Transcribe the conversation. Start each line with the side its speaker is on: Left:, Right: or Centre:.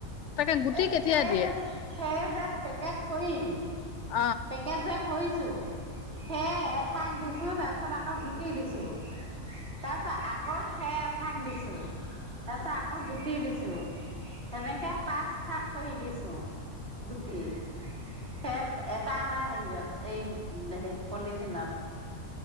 Left: তাকে গুটি
Right: এই
Left: কেতিয়া
Right: খেদ,
Left: দিয়ে?
Right: খেদ যে পেকেট কৰিম
Left: অ',
Right: পেকেট যে কৰিছোঁ। সেয়ে এথাক দিছ ছো, তাৰপিছত আকৌ গুটি দিছোঁ। তাৰপিছত আকৌ খেৰ এফাক দিছোঁ। তাৰ পিছত আকৌ গুটি দিছোঁ। তেনেকে পাঁচ থাক কৰি দিছোঁ। গুটি, খেপ এটা টা হেৰিয়ত এই হেইত, পলিথিনত।